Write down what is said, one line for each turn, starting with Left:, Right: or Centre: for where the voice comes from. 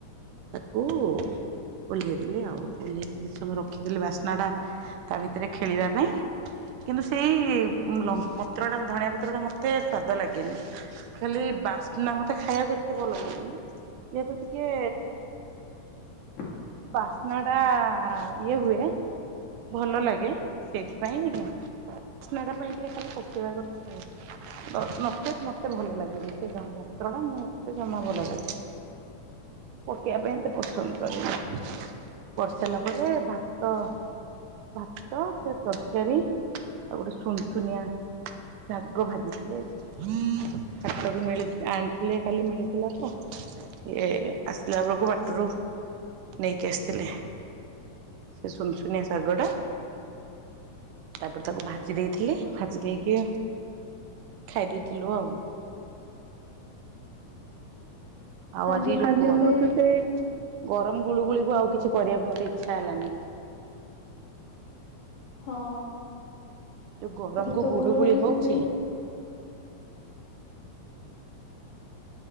Right: ତାକୁ ଓହ୍ଲେଇ ଦେଲି ଆଉ ଓହ୍ଲେଇକି କିଛି ସମୟ ରଖିଦେଲି ବାସ୍ନା ଟା ତା ଭିତରେ ଖେଳିବା ପାଇଁ। କିନ୍ତୁ ସେଇ ଲଙ୍କ ପତ୍ରଟା ଧଣିଆ ପତ୍ରଟା ମୋତେ ସ୍ଵାଦ ଲାଗେନି। ଖାଲି ବାସ୍ନା ମତେ ଖାଇବାକୁ ଏତେ ଭଲ ଲାଗେନି। ଯେହେତୁ ଟିକେ
Left: ହଁ
Right: ବାସ୍ନା ଟା ଇଏ ହୁଏ। ଭଲ ଲାଗେ। ସେଇଥିପାଇଁ ବାସ୍ନାଟା ପାଇଁ ଟିକେ ଖାଲି ପକେଇବା କଥା। ନଚେତ୍ ମତେ ଭଲ ଲାଗେନି। ସେ ଧଣିଆ ପତ୍ର ଟା ମୁଁ ମତେ ଜମା ଭଲ ଲାଗେନି। ପକେଇବା ପାଇଁ ଏତେ ପସନ୍ଦ କରେନି। କରି ସାରିଲା ପରେ ଭାତ ଭାତ ସେ ତରକାରୀ ଆଉ ଗୋଟେ ସୁନସୁନିଆ ଶାଗ ଭାଜି ଥିଲେ ଆଜି। ହୁଁ ହାଟ ରୁ ମିଳି ଆଣିଥିଲେ। କାଲି ମିଳିଥିଲା ତ ଇଏ ଆସିଲା ବେଳକୁ ବାଟରୁ ନେଇକି ଆସିଥିଲେ। ସେ ଶୁନସୁନିଆ ଶାଗ ଟା ତାପରେ ତାକୁ ଭାଜି ଦେଇଥିଲି ଭାଜି ଦେଇକି ଖାଇ ଦେଇଥିଲୁ ଆଉ। ଆଉ
Left: ଆଜି
Right: ଯୋଉ
Left: ମୁଁ ତ ସେଇ
Right: ଗ ଗରମ ଗୁଳୁ ଗୁଳିକୁ ଆଉ କିଛି କରିଆକୁ ମତେ ଇଚ୍ଛା ହେଲାନି।
Left: ହଁ।
Right: ଯୁ ଗରମକୁ
Left: ଆଜି ତ
Right: ଗୁଳୁ
Left: ଗୁଳୁଗୁଳି
Right: ଗୁଳି ହଉଚି
Left: ସେମିତି